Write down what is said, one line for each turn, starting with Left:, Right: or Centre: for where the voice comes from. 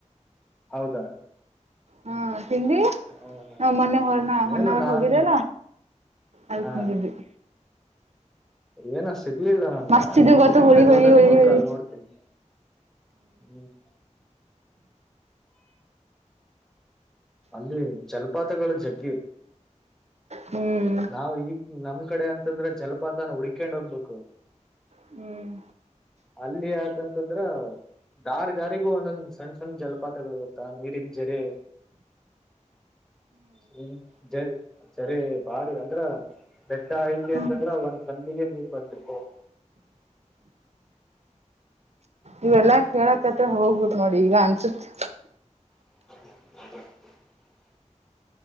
Centre: ಹೌದಾ
Right: ಹಾ ತಿಂಡಿ
Centre: ಹ
Right: ನಾವ್ ಮೊನ್ನೆ ಹೊರ್ನ ಹೊರ್ನಹೋಗಿದ್ಲ್
Centre: ಏನೋ ನಾನ್
Right: ಅಲ್
Centre: ಹ
Right: <unintelligible>
Centre: ಏನೋ ಸಿಗ್ಲಿಲ್ಲ ನನ್ಗ
Right: ಮಸ್ತ್ ಇದು ಗೊತ್ತು
Centre: ಮುಂದಿನ್
Right: ಹುಳಿ
Centre: ಸಾರಿ
Right: ಹುಳಿ
Centre: ಹೋದಗ
Right: ಹುಳಿ
Centre: ಪಕ್ಕ
Right: ಹುಳಿ
Centre: ನೋಡ್ತೀನಿ. ಹ್ಮ್ ಅಲ್ಲಿ ಜಲ್ಪಾತಗಳು ಜಗ್ಗಿ
Right: ಹ್ಮ್
Centre: ನಾವ್ ಈ ನಮ ಅ ಕಡೆ ಅಂತಂದ್ರೆ ಜಲಪಾತನ ಹುಡಿಕೊಂಡ್ ಹೋಗ್ಬೇಕು.
Right: ಹ್ಮ್
Centre: ಅಲ್ಲಿ ಆ ತಂತ್ರಂದ್ರ. ದಾರ್ ದಾರಿಗೂ ಒಂದೊಂದ್ ಸಣ್ಣ ಸಣ್ಣ ಜಲಪಾತಗಳು ಗೊತ್ತಾ ನೀರಿನ ಜರಿ. ಹ್ಮ್ ಜರ್ ಜರಿ ಬಾರಿ ಅಂದ್ರ. ಬೆಟ್ಟ ಆಯ್ತಿ
Right: ಹ್ಮ್
Centre: ಅಂತಂದ್ರ ಒಂದ್ ಸಂದಿಗೆ ನೀರ್ ಬರ್ತಿತವೂ. <inaudible>
Right: ಇವೆಲ್ಲಾ ಕೇಳಕ್ತ್ರೆ ಹೋಗ್ಬೇಕು ನೋಡಿ ಈಗ ಅನ್ಸುತ್ತೆ.
Centre: ಹ <inaudible>